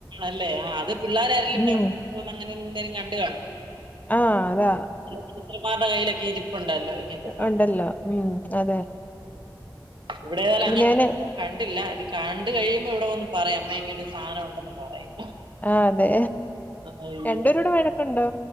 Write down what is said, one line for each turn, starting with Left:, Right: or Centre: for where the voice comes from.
Right: ല്ലേ ആ അത് പിള്ളോരരെലും
Left: ഉം
Right: അങ്ങനെ ന്തെലും കണ്ട് കാണും
Left: ആഹ് അതാ
Right: <unintelligible> കയ്യിലൊക്കെ ഇരി ണ്ടല്ലോ ഇങ്ങനത്തെ സാധനം
Left: ഉണ്ടല്ലോ ഉം അതെ
Right: ഇവിടന്തായാലും
Left: ഇവിടെ
Right: അങ്ങനത്തെ
Left: ഞാന്
Right: കണ്ടില്ല അത് കണ്ട കഴിയുമ്പോ ഇവിടെ വന്ന്‌ പറയും അമ്മേ ഇങ്ങനൊരു സാനം ഉണ്ടെന്ന് എന്ന്‌ പറയും
Left: ആഹ് അതെ
Right: അയ്യോ
Left: രണ്ടുപേരൂടെ വഴക്കുണ്ടോ